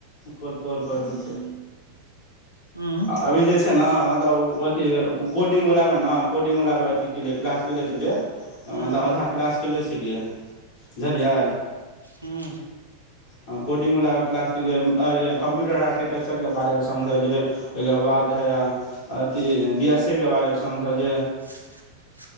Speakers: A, on the left (about 45°); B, on the right (about 85°).
A: कल कल क रहल छै
B: हूँ
A: अभी जे छै ने मतलब ओ अथी कोडिङ्ंगवलामे ना कोडिंगवला मे अथी केलियै क्लास केेले छलियै
B: हूँ
A: मतलब आधा क्लास केले छलियै बुझलियै
B: हूँ
A: हां‌‌‍ कोडिंग वाला क्लास के लिए कम्प्यूटर आर्किटेक्चर के बारे मे समझलियै ओहिके बाद हां अथी बिशसी के बारे मे समझलियै
B: <inaudible>